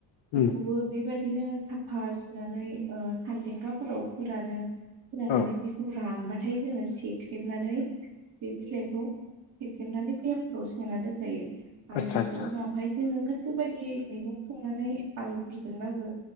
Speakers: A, on the right; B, on the left.
A: बिखौबो
B: उम
A: बिब बेबायदिनो साफा सुनानै ओ सान्देंगाफोराव फोरानो। फोरानानै
B: औ
A: बेखौ रानबाथाय जोङो सेख्रेबनानै। बे बिलाइखौ सेफ्लेमनानै बैयामफ्राव सोना दोनजायो। आरो
B: आदसा
A: बेखौ
B: आदसा
A: उनावहाय जोङो गोस सो बायदियै मैगं संनानै आलु बिथ जोंबाबो